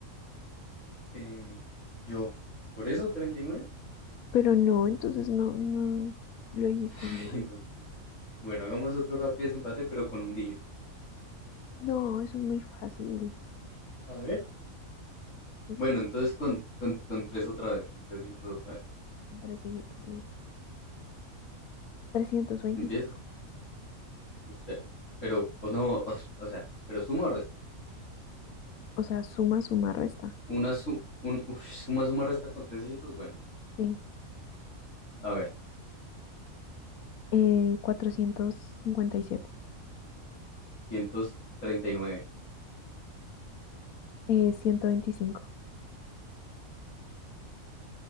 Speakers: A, on the left; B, on the left.
A: Em, yo, ¿por eso 39?
B: Pero no, entonces no, no, lo dijiste
A: <laughs> Ay,
B: mal.
A: no. pues, Bueno, hagamos otro rápido desempate, pero con un dígito.
B: No, eso es muy fácil.
A: A ver.
B: Ok,
A: Bueno, entonces con, con, con tres otra vez, con tres dígitos otra vez.
B: son tres dígitos, listo. trescientos veinticinco
A: Empieza. Espera. Pero, o no, o esp- o sea, pero suma o resta.
B: O sea, suma, suma, resta.
A: Una su, un, uf, suma, suma, resta con tres dígitos. Bueno,
B: Sí.
A: a ver,
B: Eh, cuatrocientos cincuenta y siete
A: 239.
B: Eh, 125,